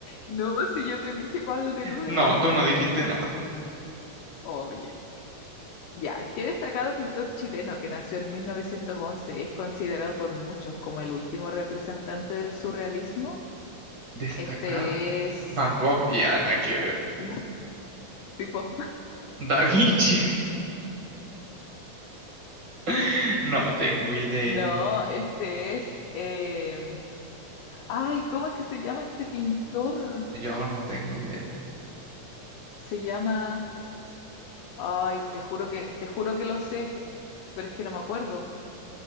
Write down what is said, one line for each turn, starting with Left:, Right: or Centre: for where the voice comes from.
Left: No, si yo te dije Pablo Neruda
Right: No,
Left: igual.
Right: tú no dijiste nada.
Left: Oye, ya, qué destacado pintor chileno que nació en 1911 es considerado por muchos como el último representante del surrealismo.
Right: Destacado.
Left: Este es,
Right: Van Gogh, ya nada que ver.
Left: <laughs> tipo,
Right: Da Vinci. <laughs> No tengo idea.
Left: no, este es, em, ay, ¿cómo es que se llama este pintor?
Right: Yo no tengo idea.
Left: Se llama, ay, te juro que, te juro que lo sé. pero es que no me acuerdo.